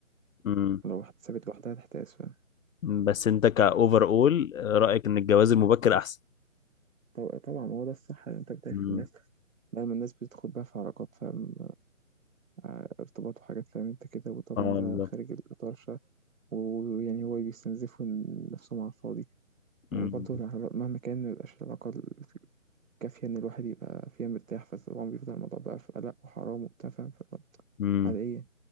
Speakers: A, on the left; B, on the right.
A: امم
B: لو اتسابت لوحدها تحتاس فاهم
A: مم. بس انت كاوفر اول رايك ان الجواز المبكر احسن
B: طب- طبعا هو ده الصح إن أنت بتعرف
A: امم
B: الناس دايما الناس بتدخل بقى في علاقات فاهم ع- ارتباط وحاجات فاهم أنت كده وطبعا
A: اه
B: ده
A: بالظبط
B: خارج الإطار الشرعي ويعني هو بيستنزفوا نفسهم على الفاضي وبرضه
A: امم
B: العلا- مهما كان مبيبقاش العلاقة كافية إن الواحد يبقى فيها مرتاح فطبعا بيفضل الموضوع بقى في قلق وحرام وبتاع فاهم فاللي هو
A: امم
B: على إيه